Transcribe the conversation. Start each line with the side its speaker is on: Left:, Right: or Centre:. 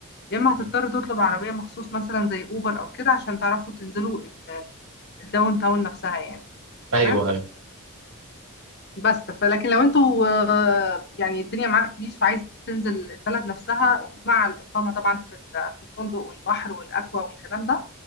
Left: يا إما هتضطر
Right: مم.
Left: تطلب عربية مخصوص مثلا زي أوبر أو كده عشان تعرفوا تنزلوا ال- الداون تاون نفسها يعني
Right: أيوه
Left: تمام
Right: أيوه
Left: بس فلكن لو انتوا آه، يعني الدنيا معاك بيس وعايز تنزل البلد نفسها مع الإقامة طبعا في ال- في الفندق والبحر والأكوا والكلام ده